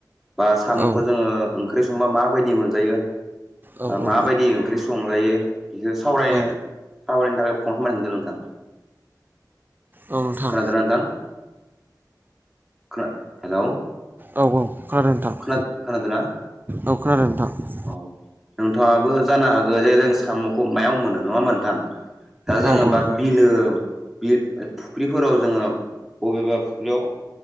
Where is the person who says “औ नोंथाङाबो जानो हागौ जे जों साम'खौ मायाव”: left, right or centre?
Centre